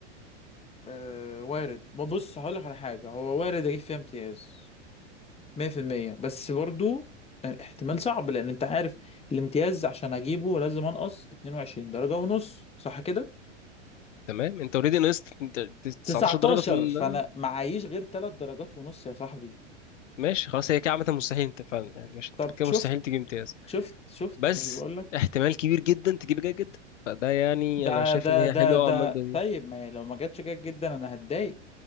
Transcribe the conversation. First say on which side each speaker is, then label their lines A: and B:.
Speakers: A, on the left; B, on the left.
A: آه وارد ما بص هقول لك على حاجة هو وارد أجيب فيها امتياز 100% بس برضو احتمال صعب لأن أنت عارف الامتياز عشان أجيبه لازم أنقص 22 درجة ونص صح كده؟
B: تمام انت اوريدي نقصت انت 19
A: 19
B: درجة في ال...
A: فأنا معيش غير 3 درجات ونص يا صاحبي
B: <laughs> ماشي خلاص هي كده عامة مستحيل انت فعلا يعني مش انت
A: طب
B: كده
A: شفت
B: مستحيل تجيب امتياز
A: شفت شفت
B: بس
A: مش بقولك
B: احتمال كبير جدا تجيب جيد جدا فده يعني
A: ده
B: انا شايف
A: ده
B: ان هي
A: ده
B: حلوه
A: ده
B: قوي المادة دي.
A: طيب ما هي لو ما جاتش جيد جدا أنا هتضايق